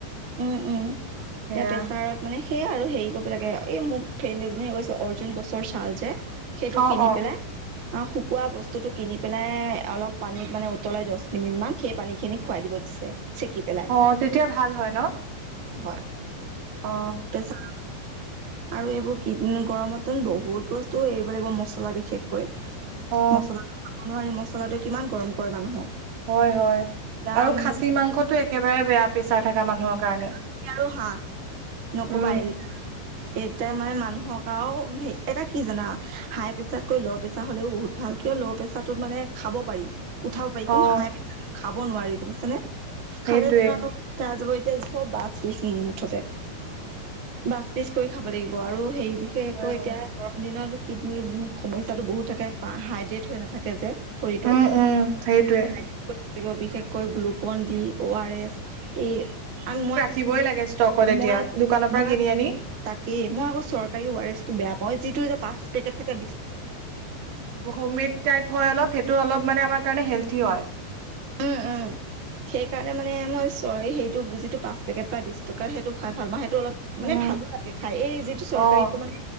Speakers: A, on the right; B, on the right.
A: উম, উম
B: সেয়া
A: এ পেছাৰত মানে সেইয়া আৰু হেৰি কৰিব লাগে। এই মোক ফ্ৰেণ্ড এজনীয়ে কৈছে, অৰ্জুন গছৰ ছাল যে। সেইটো
B: অ
A: কিনি
B: অ
A: পেলাই অ, শুকোৱা বস্তুটো কিনি পেলাই অলপ পানীত মানে উতলাই দছ মিনিট মান সেই পানী খিনি খুৱাই দিব দিছে। চেকি পেলাই
B: অ তেতিয়া ভাল হয় ন
A: হয়।
B: অ।
A: প্ৰেছাৰ আৰু এইবোৰ কিডনী, গৰমতটো বহুত বস্তু এৰিব লাগিব মচলা বিশেষকৈ।
B: অ
A: মছলাটো খাব নোৱাৰি। মছলাটো কিমান গৰম কৰে মানুহক।
B: হয়, হয়
A: দাম
B: আৰু খাচী মাংসটো একেবাৰে বেয়া প্ৰেছাৰ থাকা মানুহৰ কাৰণে।
A: ঢেকিয়া আৰু হাঁহ? নকবা
B: উম
A: <unintelligible> এইটা মান মানুহক আৰু এটা কি জানা হাই প্ৰেছাৰতকৈ ল' প্ৰেছাৰ হলেও বহুত ভাল। এতিয়া ল' প্ৰেচাৰতো মানে খাব পাৰি। উঠাব পাৰি। কিন্তু
B: অ
A: হাই <unintelligible> খাব নোৱাৰি। গম পাইছা নে?
B: সেইটোৱে
A: খালে টোন আৰু <unintelligible> চব বাচ পিচ মুঠতে। বাচ পিচ কৰি খাব লাগিব আৰু হেই বিশেষকৈ
B: হয়
A: এতিয়া
B: হয়
A: গৰম দিনত কিডনীৰ সমস্যাটো বহুত থাকে। পা হাইড্ৰেড হৈ নাথাকে যে। শৰীৰটো
B: উম উম সেইটোৱে
A: <unintelligible> হাইড বিশেষকৈ গ্লুকনডি, অ আৰ এছ। এই আন মই
B: দিবই লাগে ষ্টকত এতিয়া,
A: মই
B: দোকানৰ পৰা
A: মই
B: কিনি আনি
A: তাকেই মই চৰকাৰী আৰছ টো বেয়া পাওঁ যিটো যে পাঁচ পেকেট থাকে বিশ
B: অমিত টাইফৰ অলপ সেইটো অলপ মানে আমাৰ কাৰণে হেলঠি হয়
A: উম উম সেই কাৰণে মানে মই চৰি সেইটো যিটো পাঁচ পেকেট বা বিশ টকা সেইটো খাই ভাল উম এটো অলপ মানে
B: উম
A: ভালো লাগে খাই এই যিটো চৰকাৰীটো
B: অ
A: মানে